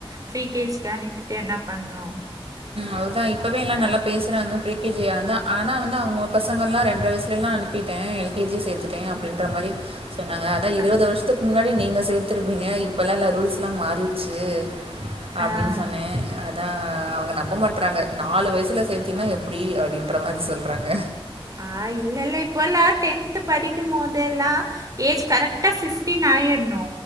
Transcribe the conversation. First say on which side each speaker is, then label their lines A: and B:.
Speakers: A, on the right (about 40°); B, on the right (about 80°).
A: ப்ரீ கே ஜிக்கு அனுப்பிட்டு என்னா பண்ணு
B: அதுதா இப்பவே எல்லா நல்லா
A: ஆ
B: பேசுறாங்க ப்ரீ கே ஜி அதா ஆனா வந்து அவங்க பசங்கெல்லா ரென்ர வயசுலலா அனுப்பிட்ட எல் கே ஜி சேத்துட்ட அபடின்ற மாரி சொன்னாங்க அதா இருவது
A: ஆ
B: வருஷத்துக்கு முன்னாடி நீங்க சேத்துருப்பீங்க இப்பல்லா இல்ல ரூல்ஸ்ல்லா மாறிற்ச்சு அப்டின்
A: ஆ
B: சொன்னே அ அவங்க நம்ப மாட்றாங்க நாலு வயசுல சேத்தீன்னா எப்டி அப்டின்ற மாரி சொல்றாங்க
A: ஆ இல்ல இல்ல இப்போல்லா டென்த் படிக்கும் போதெல்லா ஏஜ் கரெக்டா பிப்டின்னா ஆயிறனு